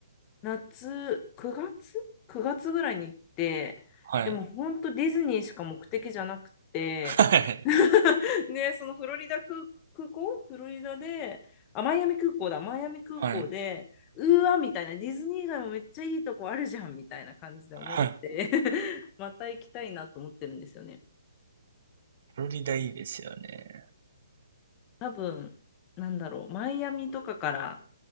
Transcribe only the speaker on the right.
はい。
はい。
はい。
はい。
フロリダいいですよね。